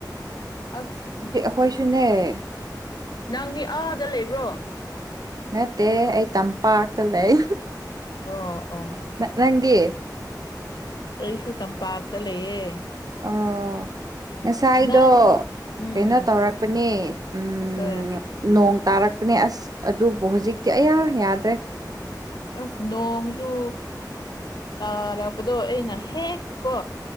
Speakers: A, on the left; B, on the right.
A: ꯑꯁ ꯎ
B: ꯀꯣꯏꯁꯨꯅꯦ
A: ꯅꯪꯗꯤ ꯑꯥꯗ ꯂꯩꯕ꯭ꯔꯣ
B: ꯅꯠꯇꯦ ꯑꯩ ꯇꯝꯄꯥꯛꯇ ꯂꯩ
A: ꯑꯣ ꯑꯣ
B: ꯅꯪꯒꯤ
A: ꯑꯩꯁꯨ ꯇꯝꯄꯥꯛꯇ ꯂꯩꯌꯦ
B: ꯑ ꯉꯁꯥꯏꯗꯣ
A: ꯅꯪ ꯎꯝ
B: ꯀꯩꯅꯣ ꯇꯧꯔꯛꯄꯅꯦ ꯎꯝ
A: ꯍꯣꯏ
B: ꯅꯣꯡ ꯇꯥꯔꯛꯄꯅꯦ ꯑꯁ ꯑꯗꯨꯕꯨ ꯍꯧꯖꯤꯛꯇꯤ ꯑꯌꯥ ꯌꯥꯗ꯭ꯔꯦ
A: ꯑꯁ ꯅꯣꯡꯖ ꯇꯥꯔꯛꯄꯗꯣ ꯑꯩꯅ ꯍꯦꯛ ꯀꯣ